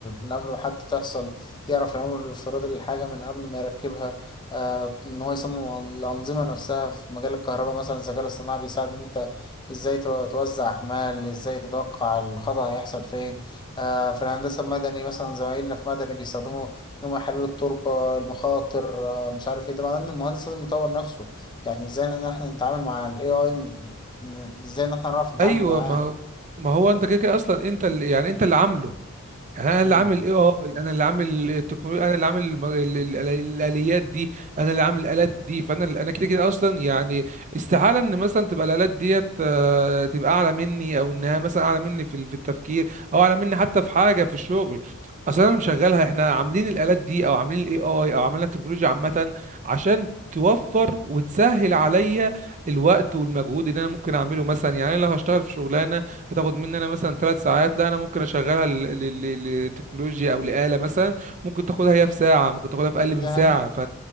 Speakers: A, on the left (about 20°); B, on the right (about 35°).
A: من قبل ما حتى تحصل يعرف العمر الافتراضي للحاجة من قبل ما يركبها آه، ان هو يصمم الأن- الأنظمة نفسها في مجال الكهرباء مثلا الذكاء الاصطناعي بيساعد ان انت ازاي تو- توزع أحمال ازاي تتوقع الخطأ هيحصل فين آه، في الهندسة المدني مثلا زمايلنا في مدني بيستخدموا إن هم يحللوا التربة المخاطر آه، مش عارف إيه طبعا إن المهندس لازم يطور نفسه يعني إزاي إن إحنا نتعامل مع ال AI م- إزاي إن إحنا نعرف نتعامل
B: ايوه
A: معاه
B: ما ما هو انت كده كده اصلا انت اللي يعني انت اللي عامله يعني انا اللي
A: مم.
B: عامل اي اي انا اللي عامل التكنولوجيا انا اللي عامل الم- ال- ال- ال- الاليات دي انا اللي عامل الالات دي فانا انا كده كده اصلا يعني استحاله ان مثلا تبقى الالات ديت آه، تبقى اعلى مني او انها مثلا اعلى مني في ال- في التفكير او اعلى مني حتى في حاجه في الشغل اصلا انا اللي مشغلها احنا عاملين الالات دي او عاملين الاي اي او عاملين التكنولوجيا عامه عشان توفر وتسهل عليا الوقت والمجهود اللي انا ممكن اعمله مثلا يعني انا لو هشتغل في شغلانه هتاخد مني انا مثلا ثلاث ساعات لا انا ممكن اشغلها ل- ل- ل- لتكنولوجيا او لآلة مثلا ممكن تاخدها هي في ساعة ممكن تاخدها في اقل من
A: ده
B: ساعة
A: هي.
B: ف...